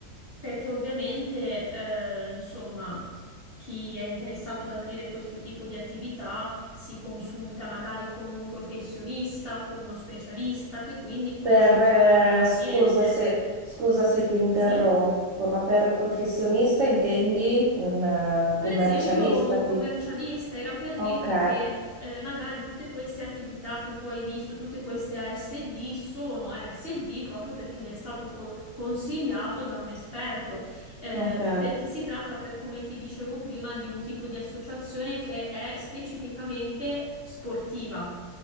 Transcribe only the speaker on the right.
Per,
eh,
scusa se, scusa se ti interrompo,
ma per professionista intendi un eh,
commercialista?
Ti-
Ok,
ok,